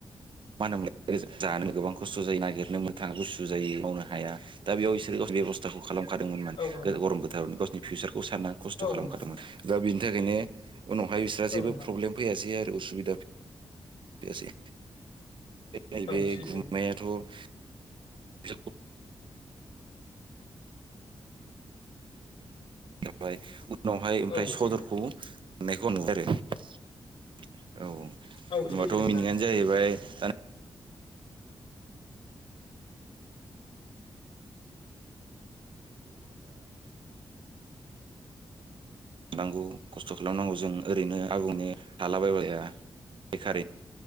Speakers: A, on the right; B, on the left.
A: मा होनोमोनल जानो गोबां खस्थ' जायो नागिरनोमोन थाङा गुसु जायो मावनो हाया दा बेयाव बिसोरो बेबस्थाखौ खालामखादोंमोन मान
B: औ नोंथां
A: गरम बोथोराव गावसिनि फिउचारखौ साननानै खस्थ'
B: औ
A: खालामखादोंमोन
B: नोंथां
A: दा बेनि थाखायनो उनावहाय बिस्रा जेबो
B: औ नोंथां
A: प्रब्लेम फैयासै आरो उसुबिदा फैयासै नैबे
B: औ सैथो
A: गुमनायाथ' <unintelligible> फ्राय उनावहाय ओमफ्राय
B: औ
A: सदरखौ
B: सैथो
A: मोननायखौ नुबाय आरो औ
B: औ
A: होमबाथ
B: सैथो नोंथां
A: मिनिङानो जाहैबाय दा <unintelligible> <unintelligible> थानांगौ खस्थ' खालामनांगौ जों ओरैनो आबुंनि थालाबायबा जाया बेखारै